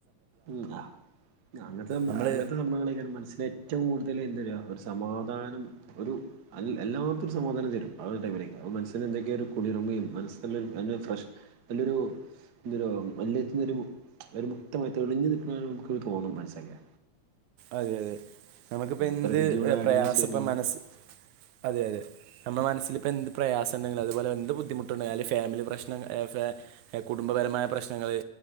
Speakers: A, on the right; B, on the right.
A: ഉംആ അങ്ങനത്തെ സം
B: നമ്മൾ
A: അങ്ങനത്തെ സംഭവങ്ങളൈക്കാരം മനസ്സിനെ ഏറ്റവും കൂടുത ന്തലുംഎന്തരാ ഒരു സമാധാനം ഒരു അൽ എല്ലാത്തൊരു സമാധാനം തരും ആ രു ടൈമിലേക്കെരം അഅ് മൻസന്. എന്തൊക്കെരു കുളിർമയും മനസല്ലൊരു നല്ലൊരു ഫ്രഷ് നല്ലൊരു. ല്ലൊരു <unintelligible> ഒരു മുക്തമായി തെളിഞ്ഞു നിൽക്കണ ഒരു മ്മക്ക്തോന്നും മനസ്സൊക്കെ.
B: അതെ അതെ നമുക്കിപ്പോ
A: ഉം
B: എന്ത്
A: പ്രകൃതിയോട്
B: എ
A: ഇണങ്ങി
B: പ്രയാസപ്പം
A: ചേരുമ്പോളൊക്കെ
B: മനസ് അതെ അതെ. നമ്ല മനസ്സില്പ്പ എന്ത് പ്രിസണ്ടങ്കിലും അതുപോലെ എന്ത് ബുദ്ധിമുട്ടുണ്ടായാല് ഫാമിലി പ്രശ്നം ഏ ഫേ എ കുടും. പരമായപ്രശ്നങ്ങള്